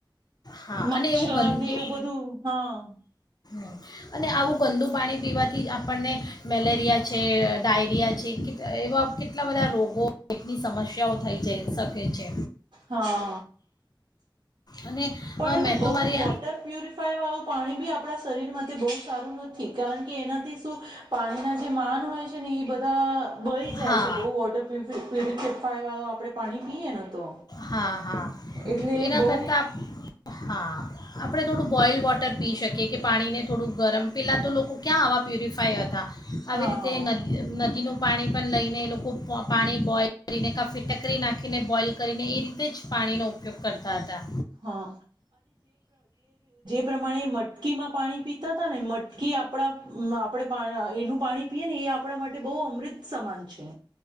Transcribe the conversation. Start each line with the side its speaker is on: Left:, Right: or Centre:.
Left: હા
Right: મચ્છર
Left: અને એવું ગંદુ
Right: ને એવું બધું હા.
Left: <inaudible> અને આવું ગંદુ પાણી પીવાથી કે આપણને, મેલેરિયા છે, ડાયરિયા છે, એવા કેટલા બધા રોગોટની સમસ્યાઓ થઈ જઈ શકે છે.
Right: હા
Left: અને
Right: પણ
Left: અ,
Right: એને
Left: મેં તો
Right: બહુ
Left: મારી
Right: વોટર પ્યુરિફાય વાળું પાણી બી આપ આપણા શરીરમાં બહુ સારું નથી કારણ કે એના શું પાણીના જે માન હોય છે ને એ બધા બળી જાય
Left: હા
Right: છે, બહુ વોટર પ્યુરિફાય વાળું આપણે પાણી પીએ ન, તો
Left: હા <inaudible>
Right: એટલે
Left: એના
Right: બહુ
Left: કરતા, હા, આપડ થોડું બોઇલ વોટર પી શકે, કે પાણીને થોડું ગરમ, પહેલાં તો લોકો ક્યાં આવા પ્યુરિફાય હતા. આવી
Right: હા
Left: રીતે નદી, નદી નું પાણી પણ લઈને એ લોકો પાણી બોઈલ કરીને કા, ફીટકરી નાખીને બોઇલ કરીને એ રીતે જ પાણીનો ઉપયોગ કરતા હતા.
Right: હા આ પ્રમાણે <inaudible> મટકીમાં પાણી પીતા હતાા, ને મટ કે આપણા, આપડે એનું પાણી પીએ, ને એ આપણા માટે બહુ અમૃત સમાન છે.